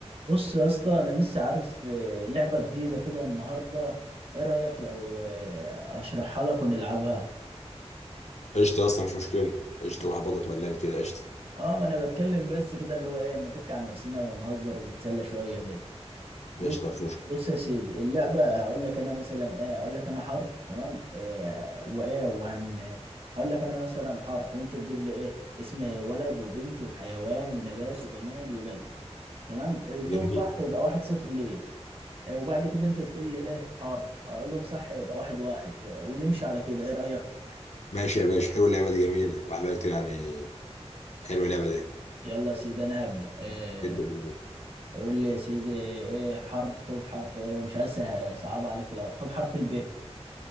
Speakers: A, on the right; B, on the left.
A: بص يا اسطى انا لسه عارف آه، لعبه جديده كده النهارده ايه رايك لو آه، اشرحها لك ونلعبها
B: قشطة يا اسطى مش مشكلة قشطة واحد برضك ملان كده قشطة
A: اه ما انا بتكلم بس كده اللي هو ايه نفك عن نفسنا ونهزر ونتسلى شويه كده بص
B: قشطة مش مشكلة
A: بص يا سيدي اللعبه هقول لك انا مثلا ايه هقول لك انا حرف تمام إيه وايه وهن هقول لك انا مثلا حرف وانت تجيب لي ايه اسم ولد وبنت وحيوان ونبات وجماد وبلد تمام قلتهم
B: جميل
A: صح يبقى واحد صفر ليه آه، وبعد كده انت تقول لي ايه حرف اقول لهم صح يبقى واحد واحد آه، ونمشي على كده ايه رأيك
B: ماشي يا باشا حلوة اللعبة دي جميلة واحد بقى كتير يعني حلوة اللعبة دي
A: يلا يا سيدي انا هبدأ إيه
B: ابدأ يا باشا
A: قول لي يا سيدي ايه حرف خد حرف ايه مش عايز أسه- صعب عليك في الاول خد حرف الب